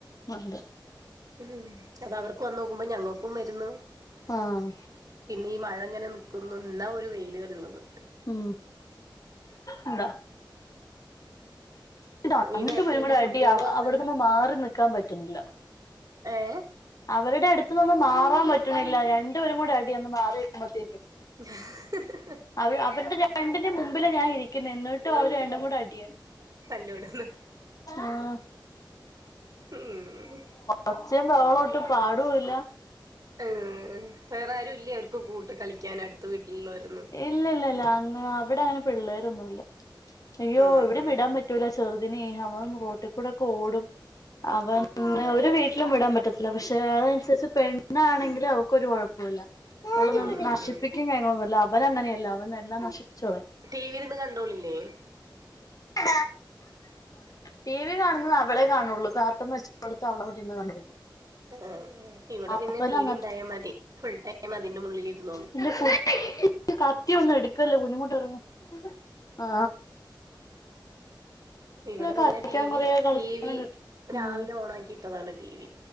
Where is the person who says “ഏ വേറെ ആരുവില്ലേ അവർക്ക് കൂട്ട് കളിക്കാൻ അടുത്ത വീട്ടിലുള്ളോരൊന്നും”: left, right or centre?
Right